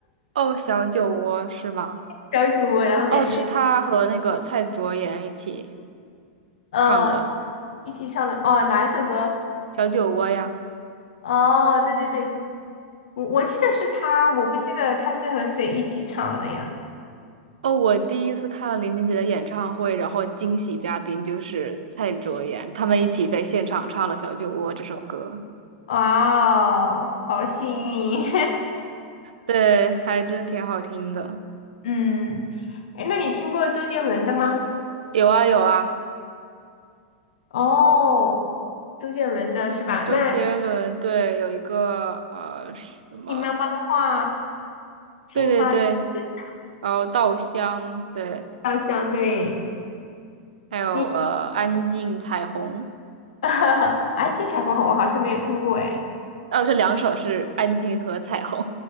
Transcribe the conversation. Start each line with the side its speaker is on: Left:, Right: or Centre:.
Right: 哦，小酒窝是吗？
Left: 小酒窝，然后感觉
Right: 哦，是他和那个蔡卓妍一起
Left: 嗯、
Right: 唱的
Left: 呃一起唱的哦哪一首歌？
Right: 《小酒窝》呀。
Left: 哦对对对，我我记得是他，我不记得他是和谁一起唱的呀？样。
Right: 哦，我第一次看林俊杰的演唱会，然后惊喜嘉宾就是蔡卓妍，他们一起在现场唱了《小酒窝》这首歌，
Left: 哦，好幸运，
Right: 对，还真挺好听的。
Left: <laughs> 嗯，哎，那你听过周杰伦的吗？
Right: 有啊有啊，
Left: 哦，周杰伦的是吧？
Right: 周杰伦对，
Left: 那
Right: 有一个呃什么，
Left: 你妈妈的话，青花瓷
Right: 对对对，
Left: <laughs>
Right: 然后《稻香》对，
Left: 好像对
Right: 还有呃《安静》《彩虹》，
Left: 你，<laughs> 安吉彩虹我好像没有听过哎。
Right: 哦，这两首是《安静》和《彩虹》，